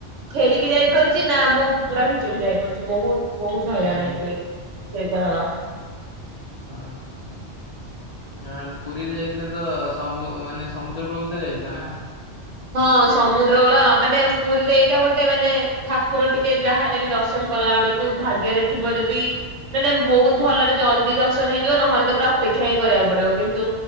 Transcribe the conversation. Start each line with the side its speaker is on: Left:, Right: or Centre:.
Right: ଫେରିକି ଯାଇପାରୁଛି ନା ମୁଁ ପୁରା ଭିତରକୁ ଯାଇପାରୁଛି ବହୁତ୍ ବହୁତ
Left: ହୁଁ
Right: ହଇରାଣ
Left: ହୁଁ
Right: ହେଇଥିଲି ସେଇ ଥରକ।
Left: ଆ ହା। ହଁ ପୁରୀରେ ଯାଇଥିଲେ ତ ସମୁ ମାନେ ସମୁଦ୍ର କୂଳକୁ ତ ଯାଇଥିବ ନା?
Right: ହଁ ସମୁଦ୍ରକୂଳ ମାନେ ପୁରୀରେ ଏଇଟା ଗୋଟେ ମାନେ ଠାକୁର ଟିକେ ଯାହାହେଲେ ବି ଦର୍ଶନ କଲା ବେଳକୁ ଭାଗ୍ୟରେ ଥିବ ଯଦି ମାନେ ବହୁତ ଭଲରେ ଜଲ୍ଦି ଦର୍ଶନ ହେଇଯିବ ନହେଲେ ତ ପୁରା ଅପେକ୍ଷା ହିଁ କରିବାକୁ ପଡିବ କିନ୍ତୁ